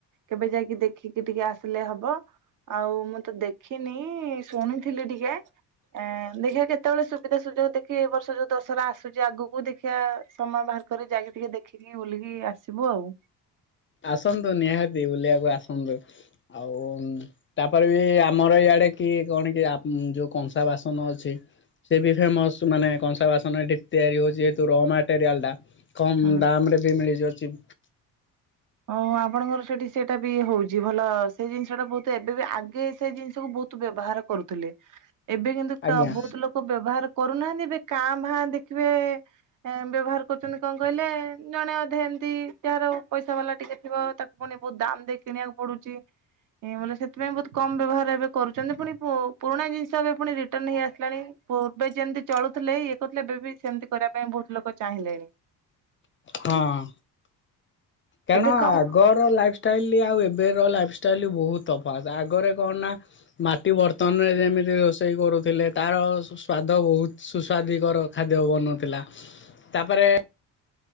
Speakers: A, on the right; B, on the left.
A: କେବେ ଯାଇକି ଦେଖିକି ଟିକେ ଆସିଲେ ହବ। ଆଉ ମୁଁ ତ ଦେଖିନି ଶୁଣିଥିଲି ଟିକେ। ଏଁ ଦେଖିବା କେତେବେଳେ ସୁବିଧା ସୁଯୋଗ ଦେଖି ଏ ବର୍ଷ ଯୋଉ ଦଶହରା ଆସୁଛି ଆଗକୁ ଦେଖିବା ସମୟ ବାହାର କରି ଯାଇକି ଟିକେ ଦେଖିକି ବୁଲିକି ଆସିବୁ ଆଉ।
B: ଆସନ୍ତୁ ନିହାତି ବୁଲିବାକୁ ଆସନ୍ତୁ ଆଉ ତାପରେ ବି ଆମର ଇଆଡେ କି କଣ କି ଆମ୍ ଯୋଉ କଂସା ବାସନ ଅଛି। ସେ ବି ଫେମସ୍ ମାନେ କଂସା ବାସନ ଏଠି ତିଆରି ହଉଛି ଯେହେତୁ ର ମାଟେରିଆଲ୍ ଟା। କମ୍
A: ହଁ
B: ଦାମ୍ ରେ ବି ମିଳିଯାଉଚି।
A: ଓ ହଁ ଆପଣଙ୍କର ସେଠି ସେଟା ବି ହୋଉଛି ଭଲ ସେ ଜିନିଷ ଟା ବହୁତ ଏବେ ବି ଆଗେ ସେ ଜିନିଷକୁ ବହୁ ତୁ ବ୍ୟବହାର କରୁଥିଲେ ଏବେ କିନ୍ତୁ
B: ଆଜ୍ଞା
A: କା ବୋ ତୁ ଲୋକ ବ୍ୟବହାର କରୁନାହାନ୍ତି ଏବେ କାଁ ଭାଁ ଦେଖିବେ ବ୍ୟବହାର କରୁଛନ୍ତି କଣ କହିଲେ ଜଣେ ଅଧେ ଏମତି ଯାହାର ପଇସା ବାଲା ଟିକେ ଥିବ ତାକୁ ପୁଣି ବହୁତ୍ ଦାମ ଦେଇ କିଣିବାକୁ ପଡୁଚି। ଏ ବୋଲେ ସେଥିପାଇଁ ବହୁତ୍ କମ ବ୍ୟବହାର ଏବେ କରୁଛନ୍ତି ପୁଣି ପୁ ପୁରୁଣା ଜିନିଷ ଏବେ ପୁଣି ରିଟର୍ନ ହେଇ ଆସିଲାଣି। ପୂର୍ବେ ଯେମିତି ଚଳୁଥିଲେ ଇଏ କହୁଥିଲେ ଏବେ ବି ସେମିତି କରିବା ପାଇଁ ବହୁତ୍ ଲୋକ ଚାହିଁଲେଣି।
B: ହଁ କାରଣ
A: ଏବେ କଣ
B: ଆଗର ଲାଇଫଷ୍ଟାଇଲ୍ ଆଉ ଏବେର ଲାଇଫ ଷ୍ଟାଇଲ୍ ବହୁତ୍ ତଫାତ୍ ଆଗରେ କଣ ନା ମାଟି ବର୍ତ୍ତନରେ ଯେମିତି ରୋଷେଇ କରୁଥିଲେ ତାର ସ୍ଵାଦ ବହୁତ୍ ସୁସ୍ୱାଦିକର ଖାଦ୍ୟ ବନୁଥିଲା ତାପରେ